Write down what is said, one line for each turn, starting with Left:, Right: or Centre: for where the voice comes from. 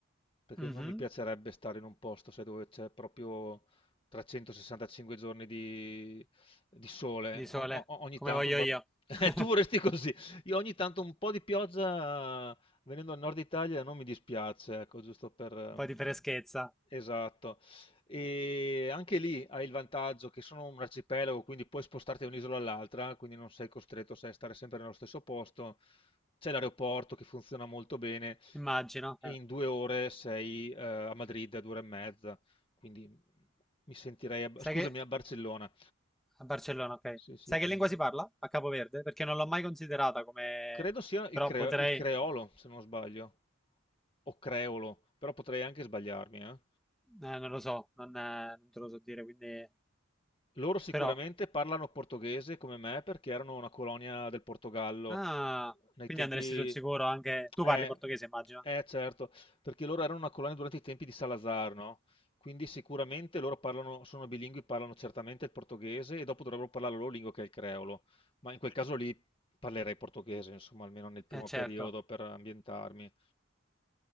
Left: perché
Centre: Mhm.
Left: non mi piacerebbe stare in un posto sai, dove c'è proprio 365 giorni di, di sole.
Centre: di sole,
Left: Ogni, o- ogni
Centre: come
Left: tanto
Centre: voglio
Left: va...
Centre: io.
Left: <laughs>
Centre: <laughs>
Left: Eh, tu vorresti
Centre: Un
Left: così, io ogni tanto un po' di pioggia venendo al nord Italia non mi dispiace, ecco, giusto per... ehm,
Centre: po' di freschezza,
Left: Esatto. E anche lì hai il vantaggio che sono un arcipelago, quindi puoi spostarti da un'isola all'altra, quindi non sei costretto, sai, a stare sempre nello stesso posto. C'è l'aeroporto che funziona molto bene
Centre: immagino.
Left: e
Centre: Eh.
Left: in due ore sei eh, a Madrid, a due ore e mezza, quindi mi sentirei, a-
Centre: Sai
Left: scusami,
Centre: che
Left: a Barcellona.
Centre: a Barcellona, ok.
Left: Sì, sì,
Centre: Sai
Left: quindi...
Centre: che lingua si parla a Capo Verde? Perché non l'ho mai considerata come...
Left: Credo sia il,
Centre: Però
Left: cre-
Centre: potrei...
Left: il creolo, se non sbaglio, o creolo, però potrei anche sbagliarmi, eh.
Centre: eh, non lo so, non, eh, non te lo so dire, quindi...
Left: Loro sicuramente
Centre: Però...
Left: parlano portoghese come me perché erano una colonia del Portogallo
Centre: Ah,
Left: nei
Centre: quindi
Left: tempi...
Centre: andresti sul sicuro anche... Tu
Left: Eh,
Centre: parli portoghese, immagino.
Left: eh, certo, perché loro erano una colonia durante i tempi di Salazar, no? Quindi sicuramente loro parlano, sono bilingui, parlano certamente il portoghese e dopo dovrebbero parlare la loro lingua che è il creolo. Ma in quel caso lì parlerei portoghese, insomma, almeno nel primo
Centre: Eh, certo.
Left: periodo per ambientarmi.